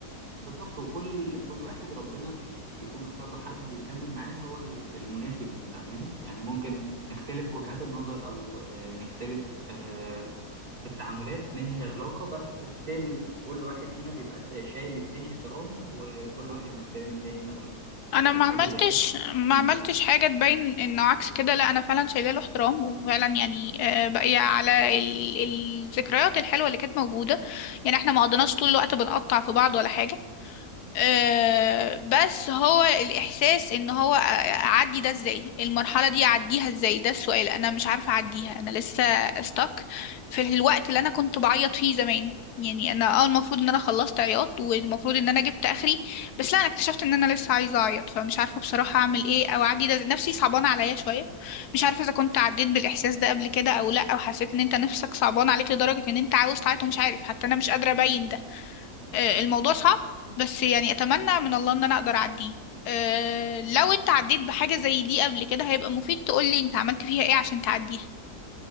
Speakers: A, on the right; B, on the left.
A: بالظبط وكل كل واحد ربنا بيكون مختار له حد يكمل معاه هو ال- المناسب ليه فاهماني يعني ممكن نختلف وجهات النظر او آه، نختلف آه، في التعاملات ننهي العلاقة بس ستيل كل واحد فينا بيبقى سا- شايل للتاني احترام وكل واحد محترم التاني فاهم
B: انا
A: يعني
B: ما
A: حاجة
B: عملتش
A: زي كده
B: ما
A: مبدئية.
B: عملتش حاجه تبين انه عكس كده لا انا فعلا شايله له احترام وفعلا يعني آه، باقيه على ال- الذكريات الحلوه اللي كانت موجوده يعني احنا ما قضيناش طول الوقت بنقطع في بعض ولا حاجه آه، بس هو الإحساس إن هو أ- أعدي ده إزاي المرحلة دي أعديها إزاي ده السؤال أنا مش عارفة أعديها أنا لسه استك في الوقت اللي أنا كنت بعيط فيه زمان يعني أنا اه المفروض إن أنا خلصت عياط والمفروض إن أنا جبت آخري بس لا أنا اكتشفت إن أنا لسه عايزة أعيط فمش عارفة بصراحة أعمل إيه أو أعدي ده إزاي. نفسي صعبانة عليا شوية مش عارفة إذا كنت عديت بالإحساس ده قبل كده أو لأ أو حسيت إن أنت نفسك صعبان عليك لدرجة إن أنت عاوز تعيط ومش عارف حتى أنا مش قادرة أبين ده آه، الموضوع صعب بس يعني اتمنى من الله ان انا اقدر اعديه آه، لو انت عديت بحاجة زي دي قبل كده هيبقى مفيد تقولي انت عملت فيها ايه عشان تعديها